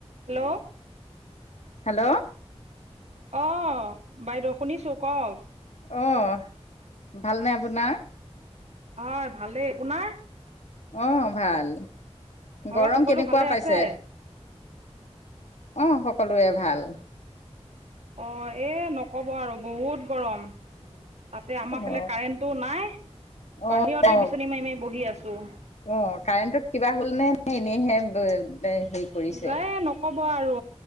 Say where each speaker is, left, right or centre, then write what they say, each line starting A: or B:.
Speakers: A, on the right (about 75°); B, on the left (about 75°).
A: Hello.
B: Hello.
A: অ বাইদেউ শুনিছো কওঁক?
B: অহ, ভাল নে আপোনাৰ?
A: হয় ভালে, আপোনাৰ?
B: অহ ভাল,
A: ঘৰৰ
B: গৰম
A: সকলো
B: কেনেকুৱা
A: ভালে
B: পাইছে?
A: আছে
B: অ সকলোৰে ভাল।
A: অ এই নক'ব আৰু বহুত গৰম। তাতে আমাৰ
B: অ
A: ফালে কাৰেণ্টটো নাই,
B: অ
A: বাহিৰতে
B: অ
A: বিচনী মাৰি মাৰি বহি আছো।
B: অ কাৰেণ্টত কিবা হ'ল নে ন এনেইহে হেৰি। কৰিছে
A: যায় নকব আৰু